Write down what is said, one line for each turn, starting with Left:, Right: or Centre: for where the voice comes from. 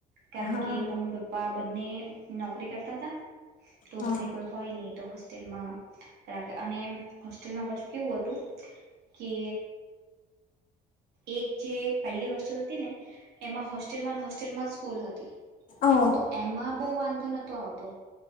Right: કારણ
Left: હા
Right: કે મમ્મી પપ્પા બ ને નોકરી કરતા તા. તો
Left: હા
Right: ઘરે કોઈ હોય નહી તો હોસ રા અને હોસ્ટેલમાં પાછું કેવું હતું કે એક જે પેલી હોસ્ટેલ હતી ને એમાં હોસ્ટેલમાં હોસ્ટેલમાં જ સ્કૂલ હતી
Left: ઓહ
Right: તો એમાં બહુ વાંધો નતો આવતો.